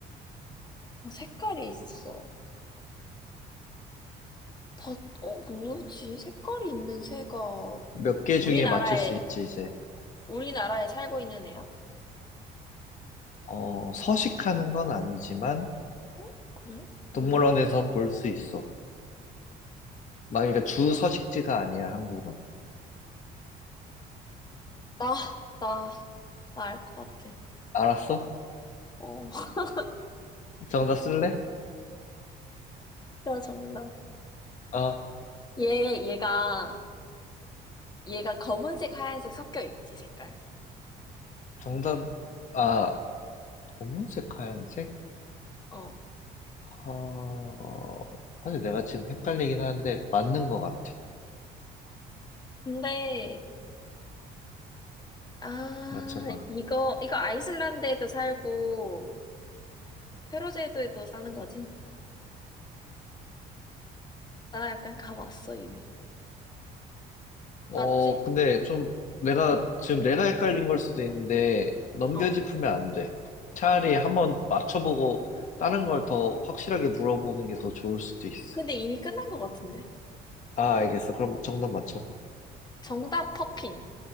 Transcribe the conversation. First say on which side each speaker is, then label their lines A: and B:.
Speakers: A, on the left (about 25°); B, on the left (about 45°).
A: 어, 색깔이 있어. 다, 어, 뭐지? 색깔이 있는 새가
B: 몇 개
A: 우리나라에,
B: 중에 맞출 수 있지, 이제.
A: 우리나라에 살고 있는 애야?
B: 어, 서식하는 건 아니지만,
A: 어, 그래?
B: 동물원에선
A: 응.
B: 볼 수 있어. 막, 그러니까 주
A: 혹시,
B: 서식지가 아니야, 한국은.
A: 나, 나, 나 알 것 같아.
B: 알았어?
A: 어, <laughs>
B: 정답 쓸래?
A: 나 정답.
B: 어,
A: 얘, 얘가, 얘가 검은색, 하얀색 섞여 있지, 색깔.
B: 정답, 아, 검은색, 하얀색?
A: 어.
B: 어, 사실 내가 지금 헷갈리긴 하는데, 맞는 것 같아.
A: 근데, 아,
B: 맞춰봐.
A: 이거, 이거 아이슬란드에도 살고, 페루제도에도 사는 거지? 나 약간 감 왔어, 이미.
B: 어,
A: 맞지?
B: 근데 좀 내가, 지금 내가 헷갈린 걸 수도 있는데, 넘겨짚으면
A: 어.
B: 안 돼. 차라리 한번 맞춰보고, 다른 걸 더 확실하게 물어보는 게 더 좋을 수도 있어.
A: 근데 이미 끝난 것 같은데?
B: 아, 알겠어. 그럼 정답 맞춰봐.
A: 정답, 퍼핀.